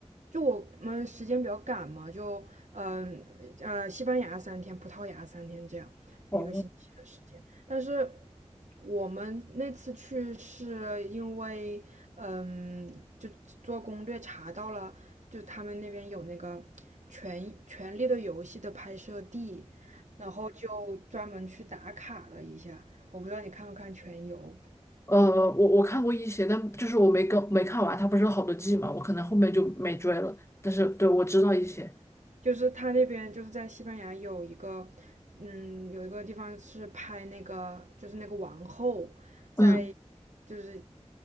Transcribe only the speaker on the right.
就我们时间比较赶嘛，就嗯呃呃西班牙三天，葡萄牙三天这样，
一个星期的时间。但是我们那次去是因为嗯，就做攻略查到了，就他们那边有那个权《权力的游戏》的拍摄地，然后就专门去打卡了一下。我不知道你看不看《全游》。
就是他那边就是在西班牙有一个，嗯，有一个地方是拍那个，就是那个王后在，
就是